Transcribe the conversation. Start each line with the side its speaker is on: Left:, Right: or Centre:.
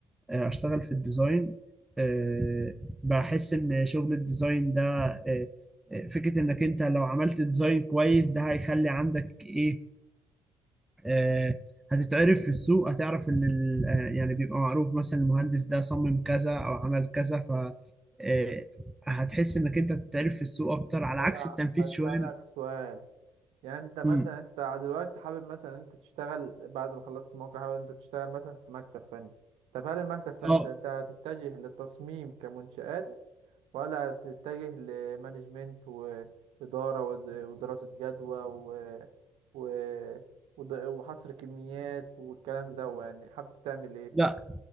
Centre: آه، اشتغل في الديزاين آه، بحس ان شغل الديزاين ده آه، آه، فكره انك انت لو عملت ديزاين كويس ده هيخلي عندك ايه آه، هتتعرف في السوق هتعرف ان ال- آه، يعني بيبقى معروف مثلا المهندس ده صمم كذا او عمل كذا ف آه، هتحس انك انت هتتعرف في السوق اكتر على
Right: وانا
Centre: عكس التنفيذ
Right: هسألك
Centre: شويه
Right: سؤال يعني انت مثلا
Centre: مم.
Right: انت دلوقتي حابب مثلا انت تشتغل بعد ما خلصت الموقع حابب انت تشتغل مثلا في مكتب فني طب هل المكتب فني
Centre: اه
Right: انت انت هتتجه للتصميم كمنشآت ولا هتتجه لمانجمنت وإدارة ود- ودراسة جدوى و... و... ود- وحصر كميات والكلام ده يعني حابب تعمل ايه
Centre: لا